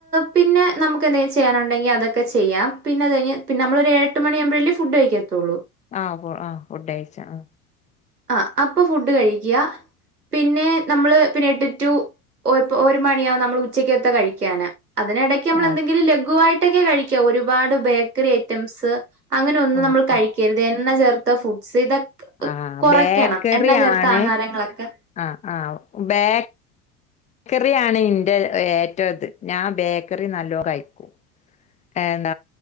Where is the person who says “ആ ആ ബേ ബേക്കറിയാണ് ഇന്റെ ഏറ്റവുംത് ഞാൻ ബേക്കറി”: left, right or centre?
Left